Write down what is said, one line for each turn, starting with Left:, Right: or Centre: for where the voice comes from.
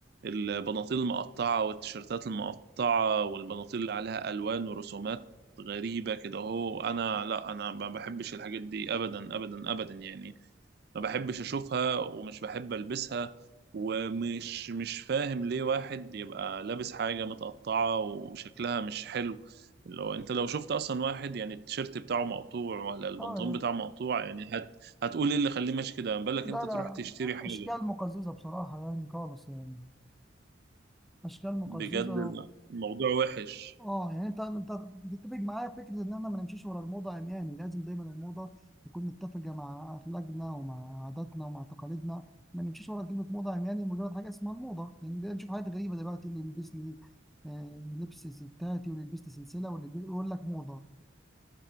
Right: البناطيل المقطعة والتيشيرتات المقطعة والبناطيل اللي عليها ألوان ورسومات غريبة كده أهو أنا لا أنا ما بحبش الحاجات دي أبدا أبدا أبدا يعني ما بحبش اشوفها ومش بحب البسها ومش مش فاهم ليه واحد يبقى لابس حاجة متقطعة وشكلها مش حلو لو انت لو شفت اصلا واحد يعني التيشيرت بتاعه مقطوع ولا البنطلون
Centre: اه
Right: بتاعه مقطوع يعني هت هتقول ايه اللي خليه ماشي كده ما بالك
Centre: ده
Right: انت
Centre: لا لا،
Right: تروح تشتري حاجة
Centre: اشكال مقززه بصراحه يعني خالص يعني اشكال مقززه
Right: بجد الموضوع وحش
Centre: اه يعني انت انت تتفق معايا في فكره ان احنا ما نمشيش ورا الموضه عمياني لازم دايما الموضه تكون متفقه مع اخلاقنا ومع عاداتنا ومع تقاليدنا ما نمشيش ورا كلمه موضه عمياني مجرد حاجه اسمها الموضه يعني بدأنا نشوف حاجات غريبه دلوقتي اللي يلبس لي آه، لبس ستاتي واللي يلبس لي سلسله واللي يلبس- يقول لك موضه